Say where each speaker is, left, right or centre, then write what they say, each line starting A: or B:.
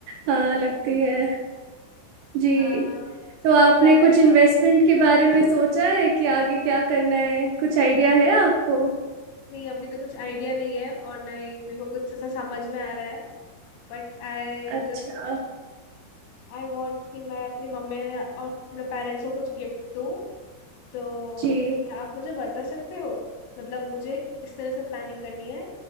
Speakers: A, on the right (about 75°); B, on the left (about 85°).
A: हाँ लगती है जी
B: अह
A: तो आपने
B: तो मैं
A: कुछ इन्वेस्टमेंट के बारे में सोचा है कि आगे क्या करना है कुछ आइडिया है आपको
B: नहीं अभी तो कुछ आइडिया नहीं है और ना ही मेरे को कुछ ऐसा समझ में आ रहा है But I
A: अच्छा
B: just I want कि मैं अपनी मम्मी और अपने पेरेंट्स को कुछ गिफ्ट दूँ तो
A: जी
B: क्या आप मुझे बता सकते हो मतलब मुझे इस तरह से प्लानिंग करनी है